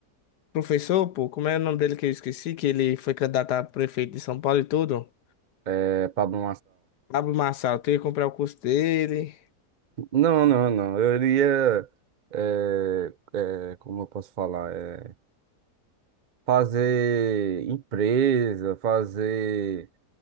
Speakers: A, on the left (about 75°); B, on the right (about 50°).
A: professor, pô, como é o nome dele que eu esqueci, que ele foi candidato a prefeito de São Paulo e tudo.
B: é, Pablo
A: Pablo Marçal, tu ia comprar o curso dele,
B: Não, não, não. Eu iria, eh, eh, como eu posso falar, eh, fazer empresa, fazer,